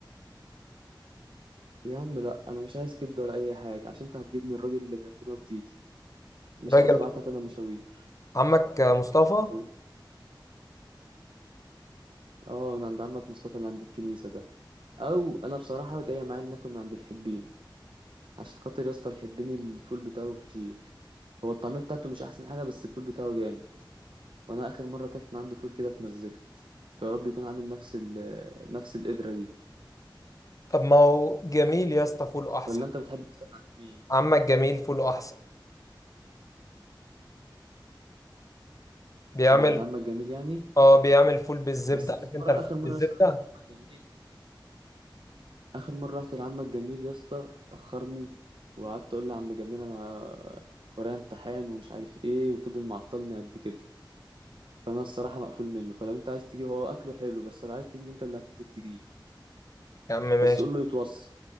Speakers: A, on the right; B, on the left.
A: يا عم لا انا مش عايز كبده ولا اي حاجه عشان انت هتجيب من الراجل اللي جنبنا وتيجي مش
B: راجل
A: عايز ابعتك انا مشاوير
B: عمك مصطفى
A: تيجي على طول اه من عند عمك مصطفى اللي عند الكنيسة ده او انا بصراحة جاية معايا إن ناكل من عند الحبين عشان خاطر يا اسطى الحبين الفول بتاعه فشيخ هو الطعمية بتاعته مش احسن حاجة بس الفول بتاعه جامد وانا اخر مرة اكلت من عنده فول كده اتمزجت فيا رب يكون عامل نفس ال نفس القدرة دي
B: طب ما هو جميل يا اسطى فوله احسن
A: ولا انت بتحب تفطر عند مين
B: عمك جميل فوله احسن بيعمل
A: من عند عمك جميل يعني
B: اه بيعمل فول بالزبدة
A: بس اخر
B: عارف انت
A: مرة
B: الفول
A: اخر مرة
B: بالزبدة
A: يا اسطى رحت لعمك جميل اخر مرة رحت لعمك جميل يا اسطى اخرني وقعدت اقول لعم جميل انا ورايا امتحان ومش عارف ايه وفضل معطلني قد كده فانا الصراحه مقفول منه فلو انت عايز تجيب هو اكله حلو بس لو عايز تجيب انت اللي هتنزل تجيب
B: يا عم ماشي
A: بس قول له يتوصى